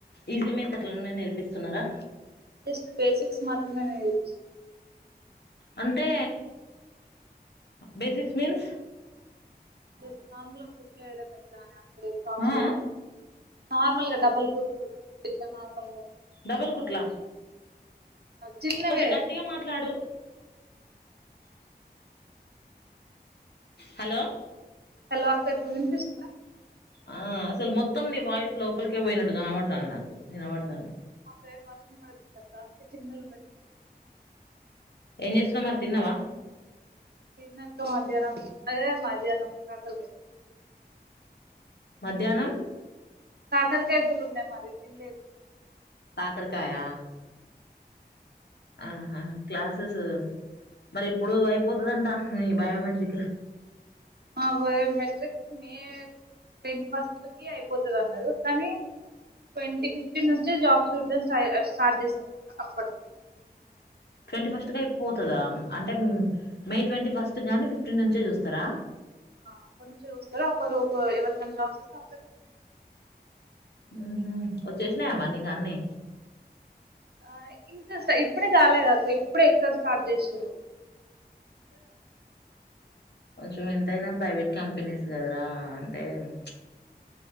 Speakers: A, on the left; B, on the right.
A: ఈజీ మేతరులోనే నేర్పిస్తున్నారా
B: జస్ట్ బేసిక్స్ మాత్రమే నేర్స్
A: అంటే బేసిక్స్ మీన్స్
B: అదే నాకులకు కేడం ఎట్లానా గేట్ ఫామ్స్
A: ఆ ఆ
B: గొట్టడం నార్మల్ గా డబల్ కుట్టు ఇట్ల నార్మల్గా
A: డబల్ కుట్లా
B: చిన్నవే
A: కొంచెం గట్టిగా మాట్లాడు హలో
B: హలో అక్కే ఎపుడు వినిపిస్తుందా
A: ఆ అసలు మొత్తం నీ వాయిస్ లోపలికే పోయినట్టుగాని పడుతుంది నాకు నేనబడుతాను
B: ఈ సైడ్ వాష్ర పడుతుంద అందు సిగ్నల్ ఉన్నట్
A: ఏం చేస్తున్నా మరి తిన్నావా
B: తన్నక మధ్యానం అదే మధ్యాహ్నం కకర్గా
A: దినం
B: కాకరికాయ గురువునే మాది తంలేదు
A: పాకరకాయ ఆహా క్లాసెస్ మరి ఎప్పుడు అయిపోతుందంట న బయోమెట్రిక్
B: ఆ biometric May twenty first కి అయిపోతుంది అన్నారు కానీ ట్వంటీ ఫిఫ్టీన్ నుంచి జాబ్ చూడని సా సాధిస్తారంట అప్పటికి
A: ట్వంటీ ఫస్ట్ గా అయిపోతుందా అంటే మే ట్వంటీ ఫస్ట్ గాని ఫిఫ్టీన్ నుంచే చూస్తారా
B: అప్పటి నుంచే చూస్తారు అప్పడు ఒక ఎవరికైనా జాబ్స్ చేస్తే అప్పుడే పంపిస్తారు
A: ఉహు వచ్చేసినాయా మరి నీకు అన్ని
B: ఆ ఇంకా స్ట ఇప్పుడే గాలేదు అక్క ఇప్పుడే ఎగ్జామ్ స్టార్ట్ చేసిర్రు
A: కొంచెం ఎంతైనా ప్రైవేట్ కంపెనీస్ గదరా అంటేన్